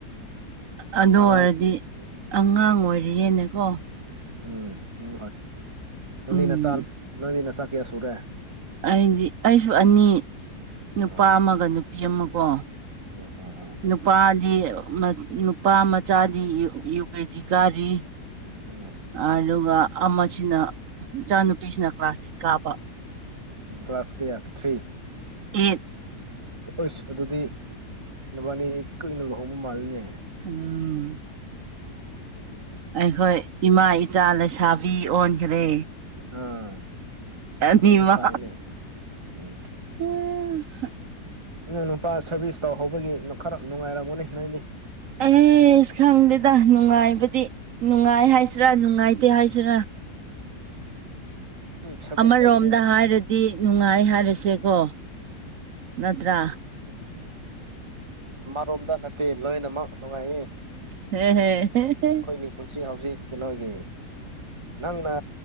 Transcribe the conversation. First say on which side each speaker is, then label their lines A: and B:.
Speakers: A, on the right; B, on the right.
A: ꯑꯗꯨ
B: ꯑꯉꯥꯡ
A: ꯑꯣꯏꯔꯗꯤ
B: ꯎꯝ
A: ꯑꯉꯥꯡ ꯑꯣꯏꯔꯤꯌꯦꯦꯅꯦꯀꯣ
B: ꯎꯝ ꯎꯝ ꯅꯗꯤ
A: ꯎꯝ
B: ꯅꯆꯥ ꯅꯟꯗꯤ ꯅꯆꯥ ꯀꯌꯥ ꯁꯨꯔꯦ
A: ꯑꯩꯗꯤ ꯑꯩꯁꯨ ꯑꯅꯤ ꯅꯨꯄꯥ
B: ꯎꯝ
A: ꯑꯃꯒ ꯅꯨꯄꯤ ꯑꯃꯀꯣ
B: ꯎꯝ ꯎꯝ ꯎꯝ ꯎꯝ
A: ꯅꯨꯄꯥꯗꯤ ꯅꯨꯄꯥ ꯃꯆꯥꯗꯤ ꯌꯨꯒꯖꯤ ꯀꯥꯔꯤ
B: ꯎꯝ
A: ꯑꯂꯒ ꯑꯃꯁꯤꯅ ꯏꯆꯥ ꯅꯨꯨꯄꯤꯁꯤꯅ ꯀ꯭ꯂꯥꯁ ꯑꯦꯠ ꯀꯥꯕ
B: ꯎ ꯀ꯭ꯂꯥꯁ ꯀꯌꯥ ꯊ꯭ꯔꯤ
A: ꯌꯦꯠ
B: ꯑꯣꯏꯁ ꯑꯗꯨꯗꯤ ꯅꯕꯥꯅꯤ ꯀꯨꯏꯅ ꯂꯨꯍꯣꯡꯕ ꯃꯥꯂꯅꯦꯍ
A: ꯎꯝ ꯑꯩꯈꯣꯏ ꯏꯃꯥ ꯏꯆꯥ ꯂꯩꯁꯥꯕꯤ ꯑꯣꯟꯈ꯭ꯔꯦ
B: ꯑꯥ
A: ꯑꯅꯤꯃ
B: ꯑꯗꯨꯗ ꯐꯥꯏꯅꯦ ꯎꯝ
A: ꯎ ꯎꯝ ꯍ
B: ꯅꯪ ꯅꯨꯄꯥ ꯁꯔꯚꯤꯁ ꯇꯧꯍꯧꯕꯒꯤ ꯈꯔ ꯅꯨꯡꯉꯥꯏꯔꯝꯒꯅꯤ ꯅꯣꯏꯗꯤ
A: ꯑꯦꯁ ꯈꯪꯗꯦꯗ ꯅꯨꯡꯉꯥꯏꯕꯗꯤ ꯅꯨꯡꯉꯥꯏ ꯍꯥꯏ ꯍꯥꯏꯁꯤꯔꯥ ꯅꯨꯡꯉꯥꯏꯇꯦ ꯍꯥꯏꯁꯤꯔꯥ
B: ꯎꯝ ꯁꯥꯔꯚꯤꯁ
A: ꯑꯃꯔꯣꯝꯗ
B: ꯂꯩꯕꯗꯤ
A: ꯍꯥꯏꯔꯗꯤ ꯅꯨꯡꯉꯥꯏ ꯍꯥꯏꯔꯁꯦꯀꯣ ꯅꯠꯇ꯭ꯔꯥ
B: ꯃꯥꯔꯣꯝꯗ ꯅꯠꯇꯦ ꯂꯣꯏꯅꯃꯛ ꯅꯨꯡꯉꯥꯏꯌꯦ
A: ꯍꯦ ꯍꯦ
B: ꯑꯩꯈꯣꯏꯒꯤ ꯄꯨꯟꯁꯤ ꯍꯧꯖꯤꯛ ꯀꯩꯅꯣꯒꯤ ꯅꯪꯅ